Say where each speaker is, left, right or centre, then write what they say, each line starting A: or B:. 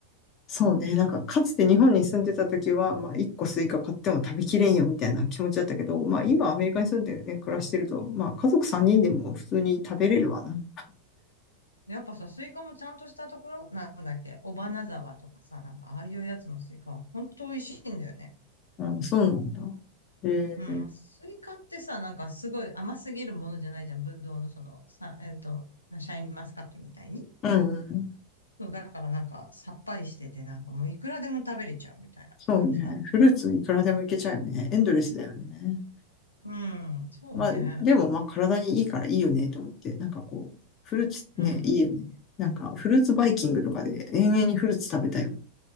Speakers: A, on the left (about 35°); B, on the left (about 80°).
A: そうね。なんかかつて日本に住んでた時は、まあ一個スイカ買っても食べきれんよ、みたいな気持ちだったけど、まあ今アメリカに住んでね、
B: うん
A: 暮らしてると、まあ家族3人でも普通に食べれるわな。
B: やっぱさ、スイカもちゃんとしたところ、なんだっけ、尾花沢とかさ、なんかああいうやつのスイカは本当美味しいんだよね。
A: うん、そうなんだ。えー、
B: うん、まあスイカってさ、なんかすごい甘すぎるものじゃないじゃん。ぶどうのその、さ、えっと、シャインマスカットみたいに。
A: うん、うん。
B: そう、だからなんかさっぱりしてて、なんかもういくらでも食べれちゃうみたいな感じだ
A: そうね。フルーツいくらでもいけちゃうよね。エンドレスだよね。
B: うん、そうね。
A: まあ、でもまあ体にいいからいいよねと思って、なんかこう、フルーツね、
B: うん。
A: いいよね。なんかフルーツバイキングとかで延々にフルーツ食べたよ。